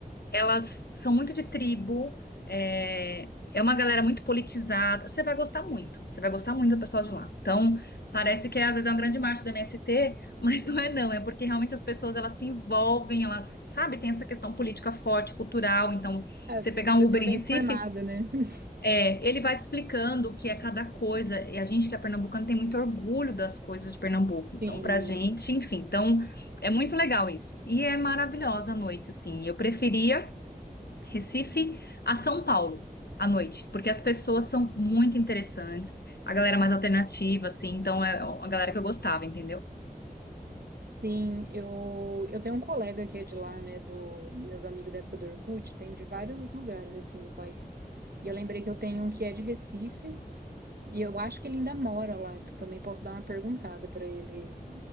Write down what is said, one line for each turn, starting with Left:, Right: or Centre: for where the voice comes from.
Left: elas são muito de tribo, é, é uma galera muito politizada. Você vai gostar muito, você vai gostar muito do pessoal de lá. Então, parece que às vezes é uma grande marcha do MST, <laughs> mas não é não, é porque realmente as pessoas elas se envolvem, elas, sabe, tem essa questão política forte, cultural. Então,
Right: É,
Left: você
Right: p-
Left: pegar um
Right: pessoa
Left: Uber em
Right: bem
Left: Recife,
Right: informada, né? <laughs>
Left: é, ele vai te explicando o que é cada coisa. E a gente que é pernambucano tem muito orgulho das coisas de Pernambuco. Então,
Right: Sim.
Left: pra gente, enfim, então é muito legal isso. E é maravilhosa a noite, assim. Eu preferia Recife a São Paulo à noite, porque as pessoas são muito interessantes, a galera é mais alternativa, assim, então é a galera que eu gostava, entendeu?
Right: Sim, eu, eu tenho um colega que é de lá, né, do meus amigos da época do Orkut, tenho de vários lugares, assim, do país. E eu lembrei que eu tenho um que é de Recife, e eu acho que ele ainda mora lá, então também posso dar uma perguntada pra ele